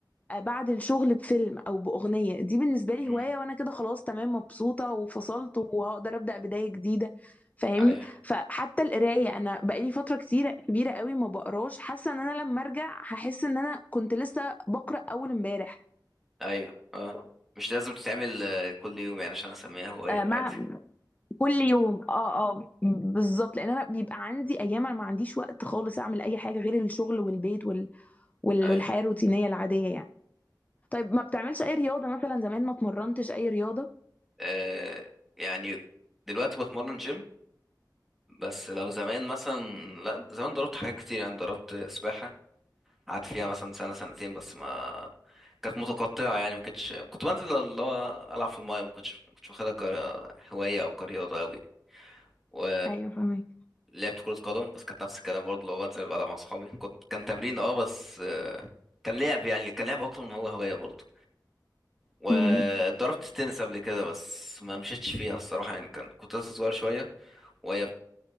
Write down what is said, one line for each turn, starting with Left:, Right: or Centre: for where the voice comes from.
Left: آه، بعد الشغل بفيلم او باغنيه دي بالنسبه لي
Centre: مم.
Left: هوايه وانا كده خلاص تمام مبسوطه وفصلت وهقدر ابدا بدايه جديده فاهمني
Centre: ايوه
Left: فحتى القرايه انا بقالي فتره كتيره كبيره قوي ما بقراش حاسه ان انا لما ارجع هحس ان انا كنت لسه بقرا اول امبارح
Centre: ايوه اه مش لازم تتعمل آه، كل يوم يعني عشان اسميها هواية
Left: آه،
Centre: عادي
Left: مع كل يوم اه اه بالظبط لان انا بيبقى عندي ايام انا ما عنديش وقت خالص اعمل اي حاجه غير الشغل والبيت وال... وال...
Centre: ايوه
Left: والحياه الروتينيه العاديه يعني طيب ما بتعملش اي رياضه مثلا زمان ما اتمرنتش اي رياضه
Centre: آه. يعني دلوقتي بتمرن جيم بس لو زمان مثلا لا زمان ضربت حاجات كتير يعني ضربت سباحة قعدت فيها مثلا سنة سنتين بس ما كانت متقطعة يعني ما كنتش كنت بنزل اللي هو ألعب في الماية ما كنتش ما كنتش واخدها كهواية أو كرياضة أوي و
Left: ايوه فاهمك
Centre: لعبت كرة قدم بس كانت نفس الكلام برضه لو بنزل بلعب مع أصحابي كنت كان تمرين اه بس آه، كان لعب يعني كان لعب أكتر من هو هواية برضه وضربت
Left: امم
Centre: التنس قبل كده بس ما مشيتش فيها الصراحة يعني كان كنت لسه صغير شوية وهي بت...